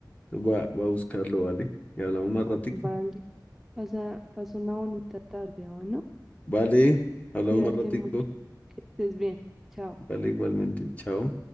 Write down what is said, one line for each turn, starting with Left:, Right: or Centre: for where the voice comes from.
Left: Entonces voy a, voy a buscarlo, ¿vale? Y hablamos más ratico.
Centre: vale. Pasa, pasa una bonita tarde, ¿o no?
Left: Vale, hablamos
Centre: Cuídate
Left: más ratico.
Centre: mucho, que estés bien. Chao.
Left: Vale, igualmente. Chao.